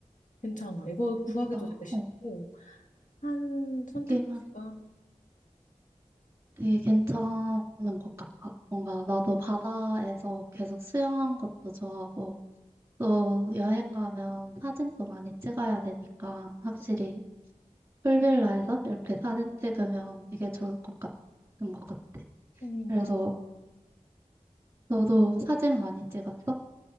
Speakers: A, on the left (about 70°); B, on the right (about 15°).
A: 괜찮아. 이거 구하기도
B: 진짜,
A: 되게 쉽고,
B: 어.
A: 한 선택지가,
B: 되게 되게 괜찮은 것 같아. 뭔가 나도 바다에서 계속 수영한 것도 좋아하고, 또 여행 가면 사진도 많이 찍어야 되니까, 확실히 풀빌라에서 이렇게 사진 찍으면 되게 좋을 것 같은 것 같아.
A: 음,
B: 그래서
A: 막,
B: 너도 사진 많이 찍었어?